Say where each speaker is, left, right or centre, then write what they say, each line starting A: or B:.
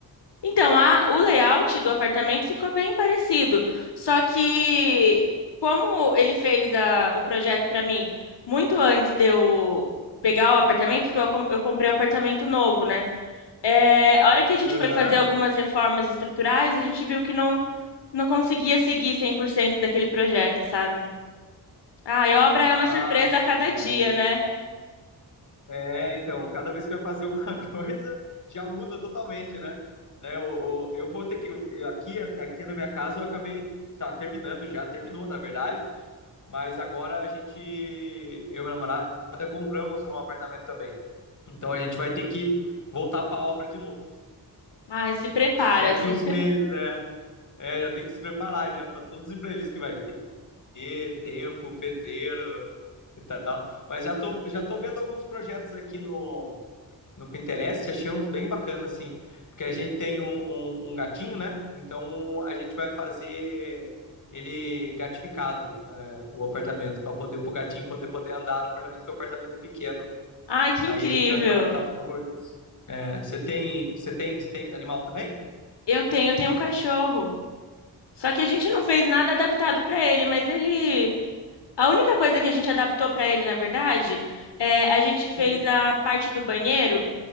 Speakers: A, on the left; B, on the left.
A: então, a, o layout do apartamento ficou bem parecido, só que como ele fez a, o projeto pra mim muito antes de eu pegar o apartamento, porque eu, com- eu comprei o apartamento novo, né? É, a hora que a gente
B: Aham.
A: foi fazer algumas reformas estruturais, a gente viu que não não conseguia seguir 100% daquele projeto, sabe? Ai, obra é uma
B: Ah,
A: surpresa
B: entendi.
A: a cada dia, né?
B: É, então, cada vez que vai fazer alguma <laughs> coisa já muda totalmente, né? Né, o- o- eu vou ter que eu- aqui aqui na minha casa eu acabei tá terminando já, terminou na verdade, mas agora a gente eu e minha namorada compramos um apartamento também. Então a gente vai ter que voltar pra obra de novo.
A: Ai, se prepara-se.
B: Daqui uns meses, é. é. Já tem que se preparar já para todos os imprevistos que vai ter, tempo, pedreiro e tal. Mas já tô, já tô vendo alguns projetos aqui no, no Pinterest, achei uns bem bacanas assim. Porque a gente tem um, um, um gatinho, né? Então a gente vai fazer ele gatificado é, o apartamento para poder o gatinho poder poder andar no apartamento porque o apartamento é pequeno
A: <laughs> Ai, que
B: aí
A: incrível.
B: a gente vai estar tá abordando É, você é, tem você tem você tem animal também
A: Eu tenho, eu tenho um cachorro. Só que a gente não fez nada adaptado para ele, mas ele, a única coisa que a gente adaptou para ele, na verdade, é a gente fez
B: sim
A: a parte do banheiro